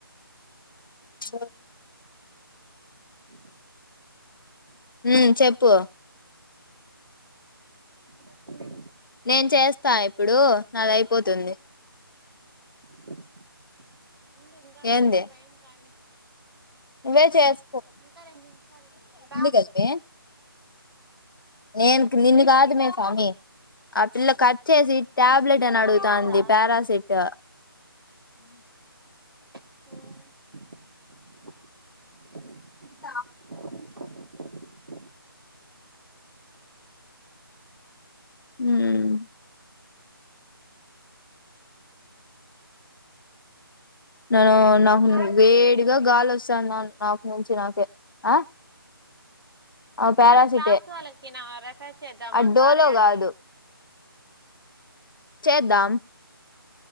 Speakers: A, on the left (about 60°); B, on the right (about 70°).
A: స
B: అ
A: ఊ చెప్పు
B: చెప్పమే
A: నేను చేస్తా ఇప్పుడు నాది అయిపోతుంది.
B: <inaudible> ఉంగా
A: ఏంది
B: టైం కానీ
A: నువ్వే చేస్
B: ఇంకా రెండు నిమిషాలుంది ఇబా
A: కదమే నేను నిన్ను కాదు మే స్వామి ఆ పిల్లకి చ్చేసి టాబ్లెట్ అని
B: అన్ని
A: అడుగుతాంది
B: కాదా
A: పారాసిట్
B: హూ
A: త
B: <inaudible>
A: ఊమ్ రర్ వుంది
B: కాదు
A: వేడిగా
B: మనము
A: గాలి వస్తాంది నుంచి నాకే ఆ
B: <unintelligible>
A: ఆ పారాసిటే ఆ డోలో కాదు చేద్దాం.